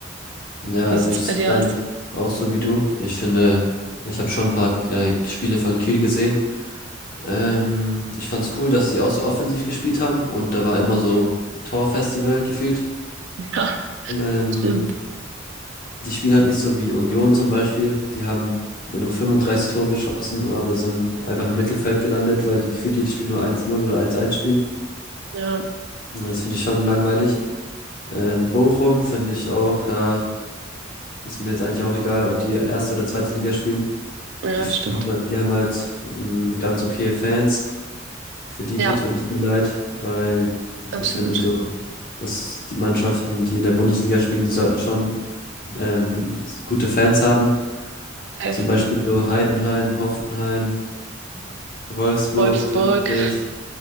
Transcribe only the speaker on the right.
<laughs>
Wie
sieht's
bei
dir
aus?
Hm.
<laughs> Ja,
stimmt.
Ja,
ja,
stimmt.
Ja,
absolut.
Safe.
Wolfsburg,